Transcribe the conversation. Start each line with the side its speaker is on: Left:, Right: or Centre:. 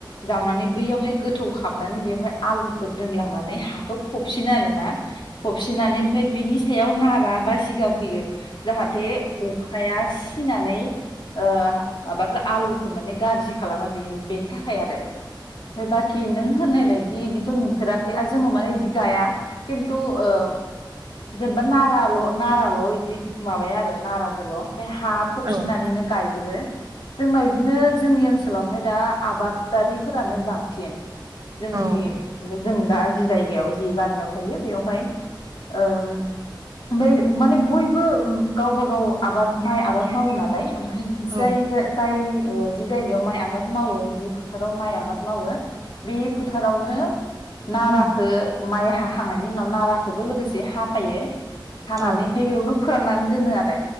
Left: जावनानै बैयावहाय गो थौ खालामनानै बेवहाय आलुखौ दोनलांनानै हाखौ फबसिनो आरोना फबसिननानै ओमफ्राय बेनि सायाव नारा बा जिगाब होयो जाहाथे अखाया फसिनानै ओ माबाखौ आलुखौ माने गाज्रि खालामा बेयो बेनि थाखाय आरो। ओमफ्राय बाखि नों होननायबादि जि थ' नुफेराखै आरो जोंन' माने बिदि गाया किन्थु ओ जेनेबा नाराल'-नाराल' इदि माबाया आरो नाराजोल' ओमफ्राय हा फबसिननानैनो
Right: औ
Left: गायजोबो जोंनाव इदिनो जोंनि ओनसो लावहाय दा आबादारिफोरानो बांसिन जोंनि
Right: औ
Left: जों दा जि जायगायाव जि गामियाव थायो बेवहाय ओंम ओमफाय माने बयबो गावबा गाव आबाद माइ आबाद मावो नालाय। ओम फाय
Right: औ
Left: जाय जा जाय ओ जि जायगायाव माइ आबाद मावो। जि फोथाराव माइ आबाद मावो बि फोथारावनो नाराखो
Right: उम
Left: माइ हा हानायनि उनाव नाराखोबो लोगोसे हाफायो। हानानै
Right: औ
Left: ओमफाय बेयावनो फोराननानै दोनो आरो